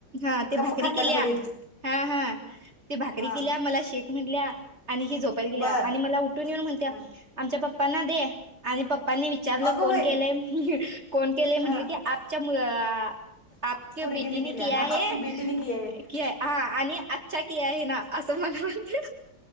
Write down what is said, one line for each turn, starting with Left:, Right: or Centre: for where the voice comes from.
Right: हा ते
Left: गप्प
Right: भाकरी
Left: खात्यात
Right: केल्या.
Left: वडील
Right: हा हा ते भाकरी
Left: हा
Right: केल्या मला शेक म्हटल्या आणि हि झोपायला गेल्या
Left: बर
Right: आणि मला उठ- उघडुन येउन म्हणत्या.
Left: हा
Right: आमच्या पप्पांना दे, आणि पप्पांनी विचारलं
Left: अगो
Right: कोण
Left: बाई
Right: केलंय कोण केलंय म्हटलं
Left: हा
Right: की, आपच्या मूळ आं, आपके
Left: पोरगीने
Right: बेटीने
Left: केल्या
Right: किया
Left: हा
Right: है
Left: आपकी बेटीने किया है
Right: कि हा. आणि अच्छा किया है ना असं मला म्हणत्या.